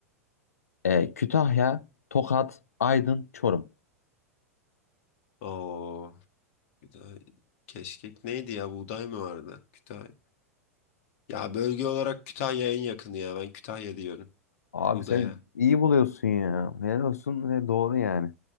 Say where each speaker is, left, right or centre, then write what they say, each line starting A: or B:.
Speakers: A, on the left (about 80°); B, on the left (about 55°).
A: E, Kütahya, Tokat, Aydın, Çorum.
B: Oo, Kütahya. Keşkek neydi ya? Buğday mı vardı? Kütahya. Ya bölge olarak Kütahya en yakını ya. Ben Kütahya diyorum.
A: Abi
B: Buğdaya.
A: sen iyi buluyorsun ya. Helal olsun ve doğru yani.